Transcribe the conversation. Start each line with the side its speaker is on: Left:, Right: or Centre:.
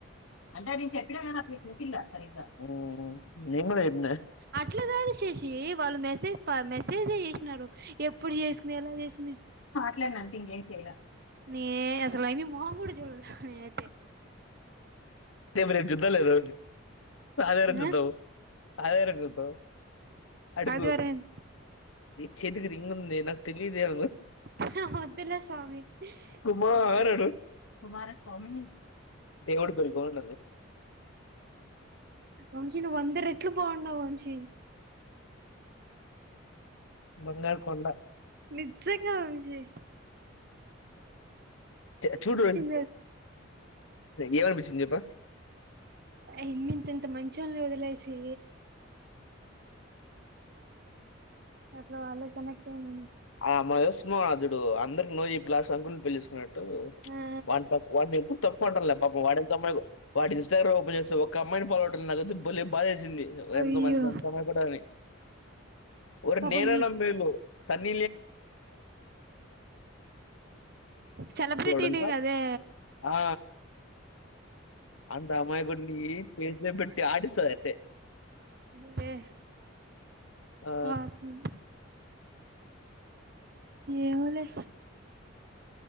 Left: అంటే నేను. చెప్పిన పిల్ల సరిగ వీళ్లే నేను కూడా చెప్పిన
Right: అట్లాగాదు శశి చేసి వాళ్ళు మెసేజ్ మెసేజే చేసినారు ఎప్పుడు చేసుకున్నా ఎలా చేసిది
Left: ఇంట్లోనే నథింగ్ ఏం చేయలే
Right: ఆ అసలు అ మోహం కూడా చూడలే
Left: రి జుద్ద్ద లేదు అదే
Right: ఆ
Left: జుద్ద అదే జుద్ద అడుగు
Right: ఆదివారం
Left: చేతికి రింగ్ ఉంది నాకు తెలిదు అ
Right: ఆ వద్దులే స్వామి
Left: కుమార
Right: ఇంకా
Left: అడు కుమార స్వామిని దేవుడు బెల్లం
Right: వంశీ నువ్వు వంద రెట్లు బాగున్నావు వంశీ
Left: బంగారు కొండ
Right: నిజంగా విజయ్
Left: చూడు
Right: తెలుసా
Left: ఏమనిపించింది చెప్పు
Right: మిమ్మల్ని ఎంత మంచోళ్లను వదిలేసి అట్లా వాళ్ళకి కనెక్ట్ అయింది
Left: ఆ మాకు తెలుసు విష్ణోధుడు అందరికి నో చెప్పి లాస్ట్ కు అంకుల్ ని పెళ్లి చేసుకున్నాడు టు
Right: ఆ
Left: వాని తప్ వాన్నెప్పుడు అనటం లే పాపం వాడేమ్ <unintelligible> సింది ఎంత
Right: అయ్యో
Left: మంచి ఎంత అమాయకుడని ఒరిని
Right: పాపం
Left: నేనన్న
Right: మీ
Left: మేలు సర్
Right: సెలబ్రిటీనే
Left: <unintelligible>
Right: కదే
Left: ఆ అంత అమాయకన్ని చేతిలో పెట్టి ఆడిస్తది అట్టే
Right: అదే
Left: ఆ
Right: పాపం ఏమోలే